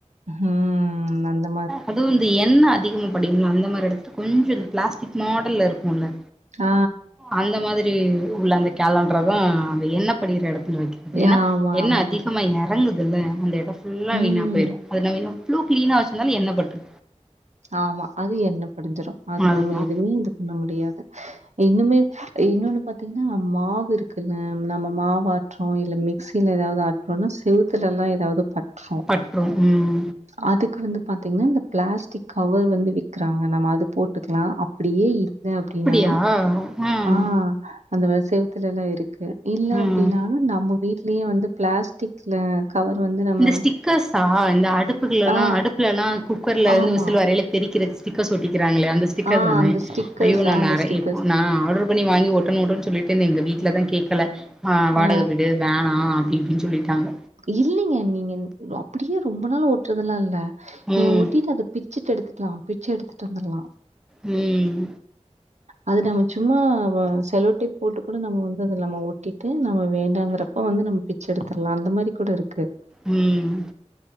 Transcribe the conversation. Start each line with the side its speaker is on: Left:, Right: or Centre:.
Right: ம் நல்லப்
Centre: அதுவு இந்த எண்ண அதிகமா படியும்ல அந்த மாரி எடத்து கொஞ்ச இந்த பிளாஸ்டிக் மாடல்ல இருக்குல
Right: ஆ
Centre: அந்த மாதிரி உள்ள அந்த கேலண்டர தா அந்த எண்ண படிற எடத்துல வைக்கிறது ஏன்னா
Right: ஆமா,
Centre: எண்ணெ
Right: ஆமா.
Centre: அதி கமா இறங்குதுல்ல அந்த எடம் ஃபுல்லா
Right: ம்.
Centre: வீணா போயிறு அது நம்ம எவ்ளோ கிளீனா வச்சிருந்தாலு எண்ணெ பட்ரு
Right: ஆமா அது எண்ண படிஞ்சிரு அது
Centre: அதுதா
Right: நம்ம எதுமே இது பண்ண முடியாது இன்னுமே இன்னொன்னு பாத்தீங்னா மாவு இருக்குல நம்ம மாவு ஆட்றோ இல்ல மிக்சில ஏதாது ஆட் றோனா செவுத்துலல்லா ஏதாது பற்று
Centre: பட்ரும் ம்
Right: அதுக்கு வந்து பாத்தீங்னா இந்த பிளாஸ்டிக் கவர் வந்து விக்கிறாங்க நம்ம அது போட்டுக்லா அப்டியே இல்ல அப் அப்டினா
Centre: அப்படியா ம்
Right: ஆ அந்த செவத்துல்லா இருக்கு இல்ல அப்டின்னாலு
Centre: ம்
Right: நம்ம வீட்லயே வந்து பிளாஸ்டிக்ல கவர் வந்து நம்ம
Centre: இந்த ஸ்டிக்கர்ஸா இந்த அடுப்புகள்லா
Right: ஆ,
Centre: அடுப்புலலா குக்கர்ல இருந்து
Right: ஆமா.
Centre: விசில் வரையில தெரிக்கிற ஸிடிக்கர்ஸ் ஒட்டிக்கிறாங்களே அந்த ஸ்டிக்கர்
Right: ஆ
Centre: தானே
Right: அந்த ஸ்டிக்கர்ஸ்
Centre: அய்யோ நா
Right: அந்த
Centre: நரை
Right: ஸ்டிக்கர்ஸ்.
Centre: எப் நா ஆடர் புக் பண்ணி வாங்கி ஒட்டனு ஒட்டன்னு சொல்லிட்டு இருந்த எங்க வீட்ல தா கேக்கல வாடக
Right: ஆ
Centre: வீடு வேணா அப்டி இப்டி சொல்லீட்டாங்க
Right: இல்லங்க நீங்க அப்டியே ரொம்ப நாள் ஓட்டுறதுல்லா இல்ல நீங்க
Centre: ம்
Right: ஒட்டிட்டு அது பிச்சுட்டு எடுத்துக்கலா பிச்சு எடுத்துட்டு வந்துடலா
Centre: ம்
Right: அது நம்ம சும்மா செலோடோப் போட்டு கூட நம்ம வந்து அத நம்ம ஒட்டிட்டு நம்ம வேண்டாங்கிறப்ப வந்து நம்ம ச்ச எடுத்ர்லா அந்த மாரி கூட இருக்கு
Centre: ம்